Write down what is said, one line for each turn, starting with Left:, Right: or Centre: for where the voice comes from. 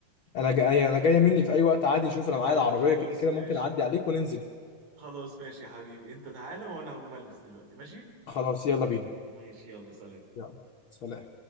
Left: انا جاي انا جايه مني في اي وقت عادي شوف انا معايا
Right: طيب
Left: العربيه
Right: خلاص
Left: كده كده
Right: ماشي
Left: ممكن اعدي عليك وننزل
Right: خلاص ماشي يا حبيبي انت تعالى وانا هقوم البس دلوقتي ماشي
Left: خلاص يلا بينا
Right: ماشي يلا سلام
Left: يلا سلام